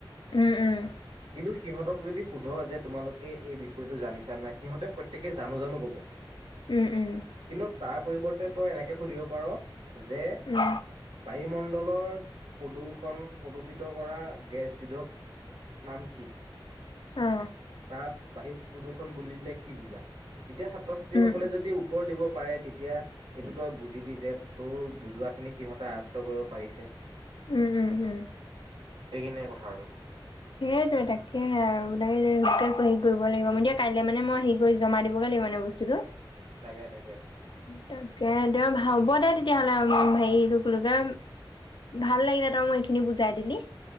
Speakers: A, on the left; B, on the right.
A: উম উম।
B: কিন্তু সিহঁতক যদি সোধ যে তোমালোকে এই বিষয়টো জানিছা নাই সিহঁতে প্ৰত্যেকে জানো জানো কব।
A: উম উম।
B: কিন্তু তাৰ পৰিৱৰ্তে তই এনেকে সুধিব পাৰ। যে
A: উম
B: বায়ুমণ্ডল। তলৰ প্ৰদূষণ প্ৰদূষিত কৰা গেছবিধক। নাম কি।
A: অ
B: তাত বায়ু প্ৰদূষণ। কোন বুলিলে কি বুজা। তেতিয়া ছাত্ৰ ছাত্ৰীসকলে
A: উম
B: যদি উত্তৰ দিব। পাৰে তেতিয়া এইটো তই বুজিবি যে তোৰ বুজোৱা খিনি সিহঁতে আয়ত্ব কৰিব পাৰিছে।
A: উম উম উম।
B: সেইখিনিয়ে কথা আৰু।
A: সেইটয়ে তাকেহে আৰু সে হেৰি কৰিব লাগিব ম দিয়া কাইলে মানে মই হেৰি কৰি জমা দিবগে লাগিব মানে বস্তুটো।
B: তাকে তাকে।
A: তাকে দে ভাল হ'ব দে তেতিয়াহ'লে হেৰিতো খোলোতে ভাল লাগিলে তই মই এইখিনি বুজাই দিলি।